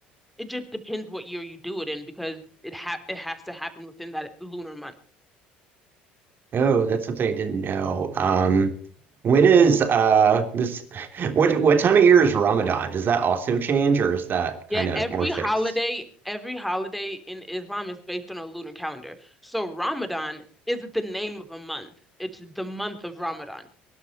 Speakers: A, in the centre; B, on the right (about 45°).
A: It just depends what year you do it in because it ha it has to happen within that lunar month.
B: Oh, that's something I didn't know. Um, when is uh this <laughs> what what time of year is Ramadan? Does that also change or is that kind
A: Yeah,
B: of
A: every
B: more fixed?
A: holiday, every holiday in Islam is based on a lunar calendar. So Ramadan is the name of a month. It's the month of Ramadan.